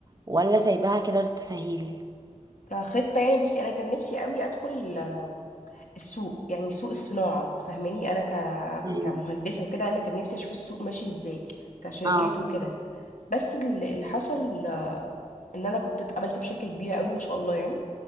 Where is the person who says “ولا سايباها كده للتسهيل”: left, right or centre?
Right